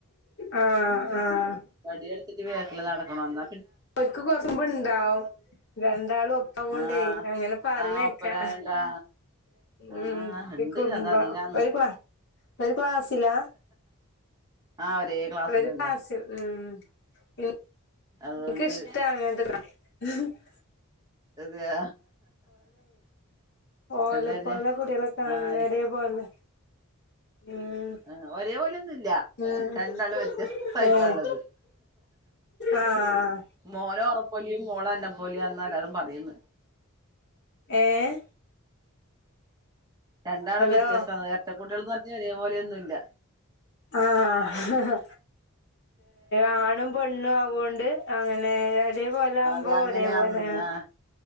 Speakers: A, on the left (about 55°); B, on the right (about 20°).
A: ആ ആ ആ
B: വടി എടുത്തിട്ട് ബേക്കില് നടക്കണം എന്ന
A: ഒൽക്ക് കൊറച്ച് കുറുമ്പ് ഇണ്ടാവും രണ്ടാളും ഒപ്പാ കെണ്ടേ
B: ആഹ്
A: അങ്ങനെ പറഞ്ഞക്കാ
B: ആഹ് ഒപ്പരായണ്ടാ ആഹ്
A: ഉം
B: ഇണ്ട്
A: ഈ കുറുമ്പ
B: അത് അധികാന്ന്
A: ഒരു <unintelligible> ഒരു ക്ലാസിലാ
B: ആഹ് ഒരേ ക്ലാസ്സിലന്നെ
A: ഒരു ക്ലാസ്സ്‌ ഉം ഇൻ
B: അതുകൊണ്ട്
A: ൻക്ക് ഇഷ്ടാണ് അങ്ങന <unintelligible>
B: അതയോ.
A: ഓലെ
B: എന്താ പിന്നെ
A: പോലെ കുട്ടികളെ കാണണ
B: ആയി.
A: ഒരേ പോലെ ഉം
B: ആ ഒരേ പോലെയോന്നും ഇല്ല.
A: ഉം
B: രണ്ടാളു വ്യത്യസ്തായിട്ടാ
A: ഏഹ്
B: ഇള്ളത്.
A: ആഹ്
B: മോനോറപ്പോലെയും മോള് എന്നപ്പോലയാന്ന് എല്ലാരും പറയുന്ന്.
A: ഏഹ്
B: രണ്ടാളും
A: ഹലോ
B: വ്യത്യസ്ത ഇരട്ട കുട്ട്യൾ എന്ന് പറഞ്ഞാൽ ഒരേ പോലെയൊന്നും ഇല്ല.
A: ആഹ് ആണും പെണ്ണും ആവോണ്ട് അ അങ്ങനെ ഒരേപോലെ ആവുമ്പോ
B: അത് അങ്ങനെയാന്ന്
A: ഒരേപോലെ
B: ആഹ്